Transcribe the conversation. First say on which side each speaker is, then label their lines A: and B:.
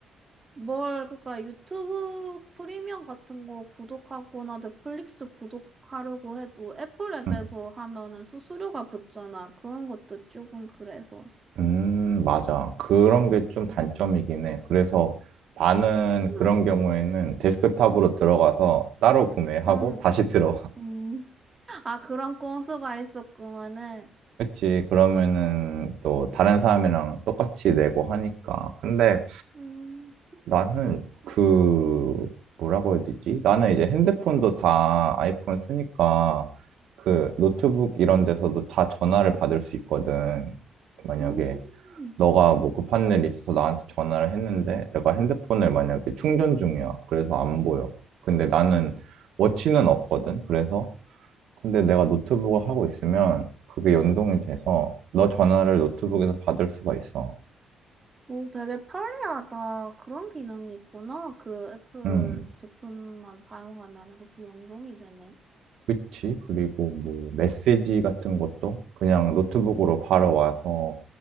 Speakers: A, on the right; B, on the right.
A: 뭘, 그니까 유튜브 프리미엄 같은 거 구독하거나 넷플릭스 구독하려고 해도 애플 앱에서
B: 음,
A: 하면은 수수료가 붙잖아. 그런 것도 조금 그래서.
B: 음, 맞아. 그런 게 좀 단점이긴 해. 그래서 나는
A: 응,
B: 그런 경우에는 데스크탑으로 들어가서 따로 구매하고
A: 응,
B: 다시 들어와. <laughs>
A: 응. 아, 그런 꼼수가 있었구만은.
B: 그치. 그러면은 또 다른 사람이랑 똑같이 내고 하니까. 근데
A: 응 음,
B: 나는 그, 뭐라고 해야 되지? 나는 이제 핸드폰도 다 아이폰 쓰니까 그 노트북 이런 데서도 다 전화를 받을 수 있거든. 만약에.
A: 음.
B: 너가 뭐 급한 일 있어서 나한테 전화를 했는데 내가 핸드폰을 만약에 충전 중이야. 그래서 안 보여. 근데 나는 워치는 없거든. 그래서 근데 내가 노트북을 하고 있으면 그게 연동이 돼서 너 전화를 노트북에서 받을 수가 있어.
A: 오, 되게 편리하다. 그런 기능이 있구나. 그 애플
B: 음,
A: 제품만 사용하면은 그게 연동이 되네.
B: 그치. 그리고 뭐 메시지 같은 것도 그냥 노트북으로 바로 와서